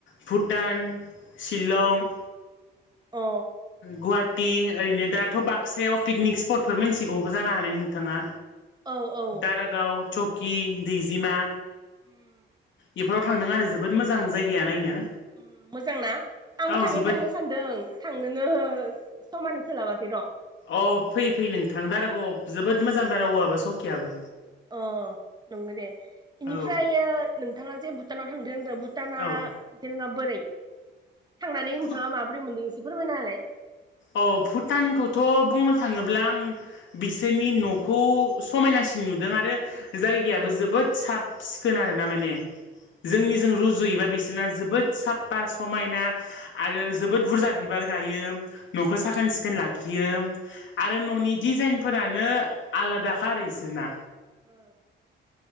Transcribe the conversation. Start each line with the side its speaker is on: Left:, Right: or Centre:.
Left: भुटान शिलं
Right: अ
Left: गुवाहाटि ओरैनो दाथ बाक्सायाव पिकनिक स्पटफोर मिथिगौ जानो हानाय नोंथांङा?
Right: औ औ
Left: दारागाव सकि दैजिमा
Right: उम
Left: बेफोराव थांदों आरो जोबोद मोजां जायगाया नायनो।
Right: ओम मोजां ना? आंबो
Left: औ
Right: थांनो
Left: जोबोद
Right: थांनो सान्दों थांनो नो समानो सोलाबाखै र'।
Left: अ फै फै नोंथां दारागाव आव जोबोद मोजां दारागावाबो औवबो सकियाबो।
Right: अ नंगौ दे एनिफ्रायो
Left: औ
Right: नोंथाङा जे भुटानाव थां दों भुटाना
Left: औ
Right: जेनेबा बोरै? थांनानै नोंथाङा
Left: भुट
Right: माबोरै मोनदों एसे फोरमायना होलाय?
Left: औ भुटानखौथ' बुंनो थाङोब्ला आं बिसोरनि न'खौ समायनासिन नुदों आरो जायगायाबो जोबोद साब सिखोन आरोना माने जोंनि जों रुजु रुजुयोबा बिसोरना जोबोद साफ्फा समायना आरो जोबोद बुरजा बिबार गायो। न'खौ साखोन सिखोन लाखियो आरो ननि डिजाइन फोरानो आलादाखा आरो इसोरना।
Right: ओ।